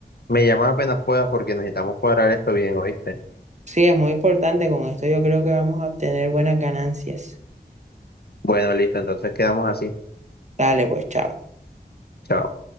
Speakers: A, on the left (about 65°); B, on the right (about 45°).
A: me llamas apenas puedas porque necesitamos cuadrar esto bien, ¿oíste?
B: Sí, es muy importante. Con esto yo creo que vamos a obtener buenas ganancias.
A: Bueno, listo, entonces quedamos así.
B: Dale, pues, chao.
A: Chao.